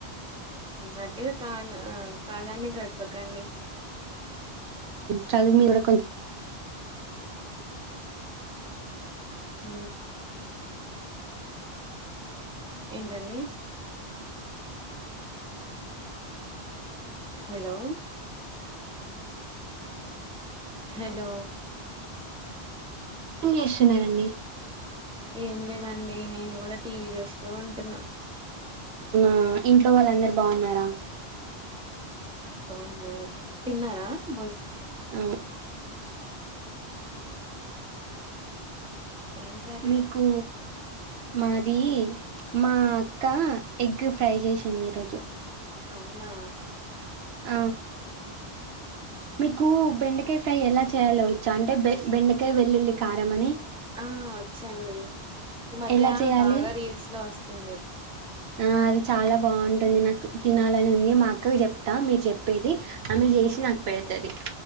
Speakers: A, in the centre; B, on the right.
A: అట్ కాల ఆ కాలాన్ని గడపకండి
B: చదువు మీ ఇ కొ
A: అ ఏంటండి హలో హలో
B: ఏం చేస్తున్నారండి
A: ఏం లేదండి నేను కూడా టీవీ చూస్తూ ఉంటున్నా
B: ఆ ఇంట్లో వాళ్ళ అందరు బాగున్నారా
A: బాగున్నా తిన్నారా బజ
B: ఆ,
A: ఏం కర్రీ
B: మీకు మాది మా అక్క ఎగ్ ఫ్రై చేసింది ఈరోజు
A: అవునా
B: ఆ మీకు బెండకాయ ఫ్రై ఎలా చేయలోవచ్చు అంటే బె బెండకాయ వెల్లుల్లి కారంమ అని
A: ఆ వచ్చండి ఈ మధ్య
B: ఎలా చేయాలి
A: బాగా రీల్స్ లో వస్తుంది
B: ఆ అది చాలా బాగుంటుంది నాకు తినాలని ఉంది మా అక్కవి చెప్తా మీరు చెప్పేది ఆమె చేసి నాకు పెడతుంది